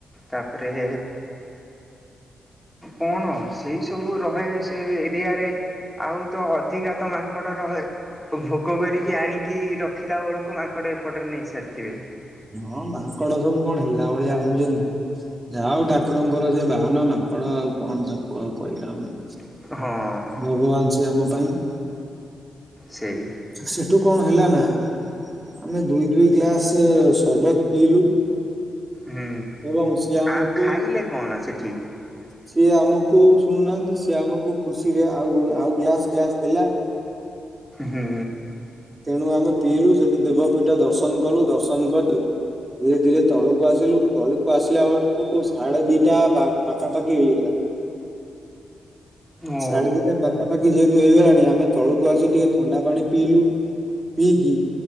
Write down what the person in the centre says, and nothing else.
ତାପରେ କଣ ସେଇ ସବୁ ରହେ ସେ ଏରିଆରେ। ଆଉ ତ ଅଧିକା ତ ମାଙ୍କଡ ରହେ ଭୋଗ କରିକି ଆଣିକି ରଖିଲା ବେଳକୁ ମାଙ୍କଡ଼ ଏପଟରେ ନେଇସାରିଥିବେ।
ହଁ।
ସେଇ
ହୁଁ
ଆଉ ଖାଇଲେ କଣ ସେଠି?
ହୁଁ।
ଓ